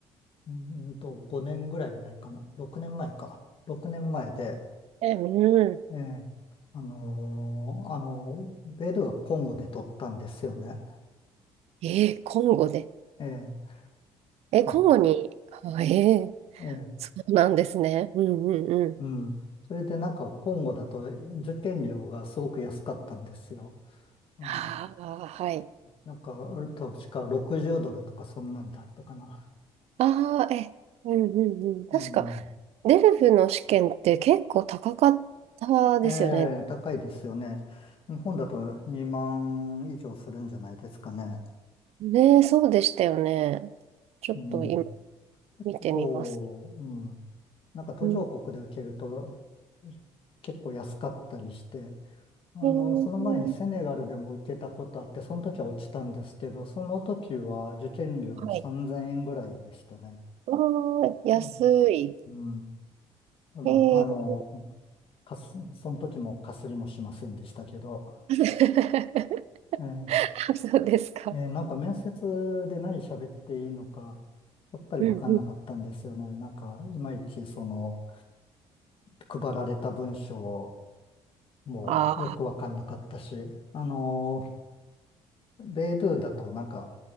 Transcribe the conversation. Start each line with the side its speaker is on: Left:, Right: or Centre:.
Left: うーんと、5年ぐらい前かな。6年前か。6年前で、
Right: え、うん。
Left: ええあのーあのーベイドゥイがコンゴで取ったんですよね。
Right: えー、コンゴで。
Left: ええ
Right: え、コンゴに、
Left: うん
Right: あ、えー、
Left: ええ
Right: そうなんですね。うんうんうん。
Left: うん。それでなんか、コンゴだと受験料がすごく安かったんですよ。はい。
Right: ああ、はい。
Left: なんか、確か60ドルとかそんなんだったかな。
Right: ああ、え、うんうんうん。確か、
Left: うん。
Right: デルフの試験って結構高かったですよね。
Left: ええ、高いですよね。日本だと2万以上するんじゃないですかね。
Right: ねえ、そうでしたよね。ちょっと今
Left: うん。
Right: 見てみます。
Left: こう、うん。なんか途上国で受けると
Right: うん。
Left: 結構安かったりして、あの、
Right: えー、
Left: その前にセネガルでも受けたことあって、その時は落ちたんですけど、その時は受験料3000円ぐらいでしたね。
Right: はい。ああ、安い。
Left: うん。うん。ただ、
Right: えー、
Left: あの、かす、その時もかすりもしませんでしたけど、
Right: <laughs>
Left: ええ
Right: そうですか。
Left: えーなんか面接で何喋っていいのか、やっぱりわかんなかったんですよね。
Right: うんうん。
Left: なんか、いまいちその、配られた文章もよくわかんなかったし、
Right: あ
Left: あのー、ベイドゥだとなんか